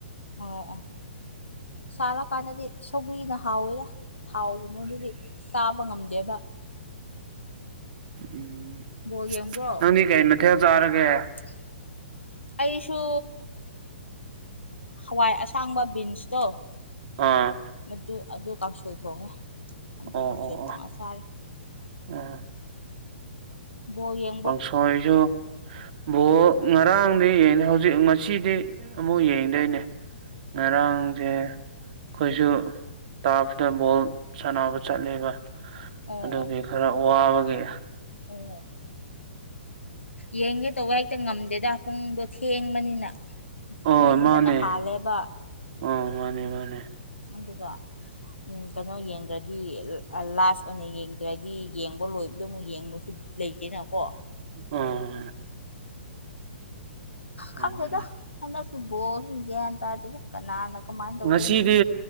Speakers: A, on the left; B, on the right.
A: ꯑꯣ ꯑꯣ ꯆꯥꯔꯀꯥꯟꯗꯗꯤ ꯁꯧꯒ꯭ꯔꯤꯅ ꯍꯥꯎꯋꯤꯔ ꯊꯥꯎꯒꯨꯝꯕꯗꯨꯗꯤ ꯆꯥꯕ ꯉꯝꯗꯦꯕ
B: ꯎꯝ
A: ꯕꯣꯜ ꯌꯦꯡꯕ꯭ꯔꯣ
B: ꯅꯪꯅꯤ ꯀꯩ ꯅꯊꯌꯥ ꯆꯔꯒꯦ
A: <inaudible> ꯑꯩꯁꯨ ꯍꯋꯥꯏ ꯑꯁꯥꯡꯕ ꯕꯤꯟꯁꯇꯣ
B: ꯑꯥ
A: ꯃꯗꯨ ꯑꯗꯨ ꯀꯥꯡꯁꯣꯏ ꯊꯣꯡꯉꯦ ꯑꯗꯨ
B: ꯑꯣ
A: ꯀꯥꯡꯁꯣꯏ
B: ꯑꯣ
A: ꯊꯣꯡꯉ
B: ꯑꯣ
A: ꯆꯥꯔꯦ
B: ꯎꯝ
A: ꯣ ꯌꯦ
B: ꯄꯪꯁ ꯑꯩꯁꯨ ꯕꯣ ꯉꯔꯥꯡꯗꯤ ꯌꯦꯡ ꯍꯧꯖꯤꯛ ꯉꯁꯤꯗꯤ ꯑꯃꯨꯛ ꯌꯦꯡꯗꯣꯏꯅꯦ ꯉꯔꯥꯡꯁꯦ
A: ꯎꯝ
B: ꯑꯩꯈꯣꯏꯁꯨ ꯇꯥꯞꯇ ꯕꯣꯜ ꯁꯥꯟꯅꯕ ꯆꯠꯂꯦꯕ
A: ꯑꯣ
B: ꯑꯗꯨꯒꯤ
A: ꯑꯣ
B: ꯈꯔ ꯋꯥꯕꯒꯤ
A: ꯑꯣ ꯌꯦꯡꯒꯦ ꯇꯧꯕ ꯍꯦꯛꯇ ꯉꯝꯗꯦꯗ ꯄꯨꯡꯗꯣ ꯊꯦꯡꯕꯅꯤꯅ
B: ꯑꯣ
A: ꯄꯨꯝꯅꯤꯡꯕꯅ
B: ꯃꯥꯅꯦ
A: ꯍꯥꯜꯂꯦꯕ
B: ꯑꯣ ꯃꯥꯅꯦ ꯃꯥꯅꯦ
A: ꯑꯗꯨꯒ ꯎꯝ ꯀꯩꯅꯣ ꯌꯦꯡꯗ꯭ꯔꯗꯤ ꯍꯥꯏꯗꯤ ꯂꯥꯁ ꯑꯣꯏꯅ ꯌꯦꯡꯗ꯭ꯔꯗꯤ ꯌꯦꯡꯕ ꯂꯣꯏꯕꯗꯣ ꯑꯃꯨꯛ ꯌꯦꯡꯕꯁꯨ ꯂꯩꯇꯦꯅꯀꯣ
B: ꯑꯝ ꯑꯗꯨꯅꯦ
A: ꯈꯪꯗꯦꯗ ꯍꯟꯗꯛꯀꯤ ꯕꯣꯜꯁ ꯒ꯭ꯌꯥꯟ ꯇꯥꯗꯦꯗ ꯀꯅꯥꯅ ꯀꯃꯥꯏꯅ ꯇꯧꯗꯣꯏꯅꯣ
B: ꯉꯁꯤꯗꯤ